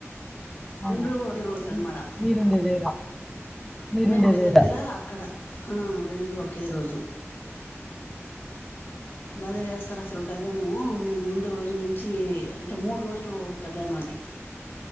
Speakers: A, in the centre; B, on the left.
A: అవునా
B: రెండు ఒకే రోజు అనమాట
A: మీ- <unintelligible> మీరుండేదేరా
B: <unintelligible> దగ్గర అక్కడ రెండు ఒకే రోజు బలే చేస్తారు అసలు కళ్యాణము ముందు రోజు నుంచి అంటే మూడు రోజులు కళ్యాణం అది